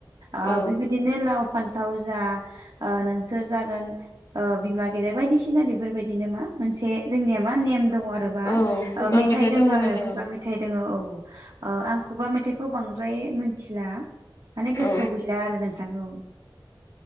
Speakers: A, on the right; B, on the left.
A: ओ
B: औ
A: बेबायदिनो लाव फान्थाव जा ओ नोंसोर जागोन ओ बिमा गेदेर बायदिसिना बेफोरबायदिनो मा मोनसे जोंनिया मा नेम दङ आरो रोबा
B: औ
A: ओ
B: खुगा
A: मेथाय
B: मेथाइ
A: दोङो
B: दङ
A: आरो
B: नालाय
A: खुगा
B: औ
A: मेथाइ दोङो औ ओ आं खुगा मेथाइखौ बांद्राय मिथिला माने गोसोआव
B: औ
A: गैला आरो नोंथां औ